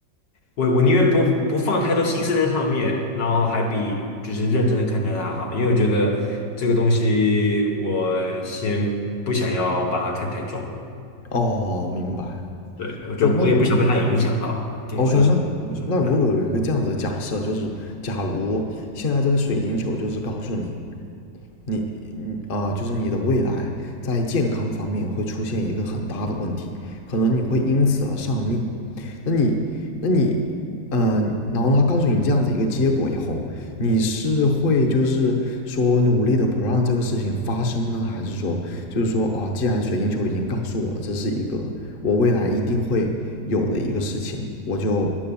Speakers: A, on the left; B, on the left.
A: 我我宁愿不不放太多心思在上面，然后还比就是认真的看待它好，因为我觉得这个东西我先不想要把它看太重，
B: 的？哦，明白。
A: 对，我就我也不想被它影响到，
B: 不，那那
A: 可以说是。
B: OK，那那如果有一个这样子的假设，
A: 就是这样。
B: 就是假如现在这个水晶球就是告诉你，你你啊、就是你的未来在健康方面会出现一个很大的问题，可能你会因此而丧命。那你，那你，呃，然后他告诉你这样子一个结果以后，你是会就是说努力的不让这个事情发生呢，还是说就是说啊，既然水晶球已经告诉我了，这是一个我未来一定会有的一个事情，我就